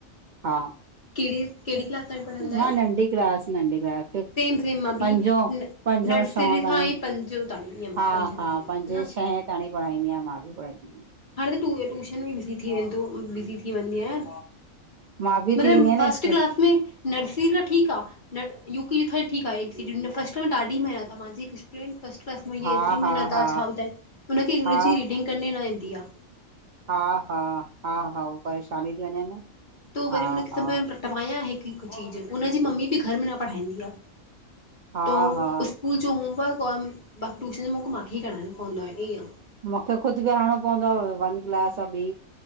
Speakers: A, on the right; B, on the left.
A: हा
B: कहिड़ी कहिड़ी क्लास ताई पढ़ाईंदा आहियो?
A: मां नंढी क्लास नंढी <unintelligible>
B: सेम सेम मां बि
A: पंजों, पंजों
B: नर्सरी
A: छहों ताईं,
B: खां ई पंजो ताणी ईअं मतिलबु
A: हा
B: पंजे ताणी
A: हा पंजे
B: न
A: छहें राणी प़ढ़ाईदी आं, मां बि पढ़ाईंदी आं।
B: हाणे त टियू टूशन में बिज़ी थी वेंदो बिज़ी थी वेंदी आं।
A: मां बि
B: मतिलबु
A: थी वेंदी आहियां
B: फस्ट क्लास
A: न
B: में नर्सरी त ठीक आ, न यू के जी त ठीक आ, फस्ट में ॾाढी मेहनत आ, मांजी टू फर्स्ट क्लास में एतरी
A: हा हा
B: मेहनत आ,
A: हा
B: छा ॿुधायए, हुनखे अंग्रेजी
A: हा
B: जी रीडिंग करण न ईंदी आ।
A: हा हा, हा हा परेशानी थी वञे न।
B: त वरी
A: हा
B: उनखे
A: हा
B: सभु रटिवायां हिकु हिकु चीज़, हुन जी मम्मी बी घर में न पढ़ाईंदी आ।
A: हा
B: तो
A: हा
B: स्कूल जो होमवर्क और बाकी टूशन जो मांखे ही करायणो पवंदो आहे, ईअं।
A: मुखे ख़ुदि बि विहाणिणो पवंदो आ वन क्लास बी